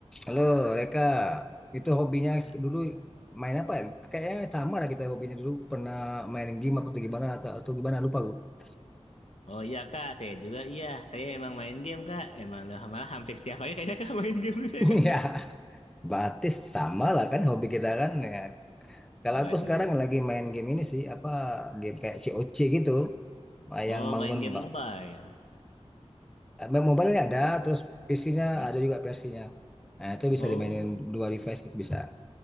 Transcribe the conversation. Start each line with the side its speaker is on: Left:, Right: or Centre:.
Centre: Halo, Reka. Itu hobinya s-
Left: Eh,
Centre: dulu main apa ya? Kayaknya sama lah kita hobinya dulu pernah main game apa atau gimana atau, atau gimana lupa gue. <laughs>
Left: Oh iya kak, saya juga iya. Saya emang main game kak. Emang lah malah hampir setiap hari kayaknya kak <laughs> main game saya
Centre: Iya,
Left: kak.
Centre: batis sama lah kan hobi kita kan. Ya. Kalau
Left: Waduh.
Centre: aku sekarang lagi main game ini sih apa game kayak C O C gitu, ah,
Left: Oh
Centre: yang bangun
Left: main game
Centre: ba-
Left: mobile.
Centre: eh, mobile ini ada, terus PC-nya
Left: Hmm?
Centre: ada juga versinya. Nah, itu bisa
Left: Oh,
Centre: dimainin dua device gitu bisa.